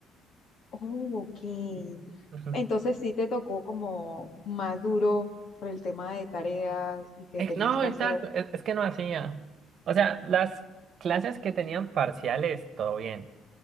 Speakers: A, on the left; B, on the right.
A: Oh, ok.
B: Ujú.
A: Entonces sí te tocó como más duro por el tema de tareas y que
B: Eh,
A: tenías
B: no,
A: que
B: exacto,
A: hacer.
B: es, es que no hacía. O sea, las clases que tenían parciales, todo bien.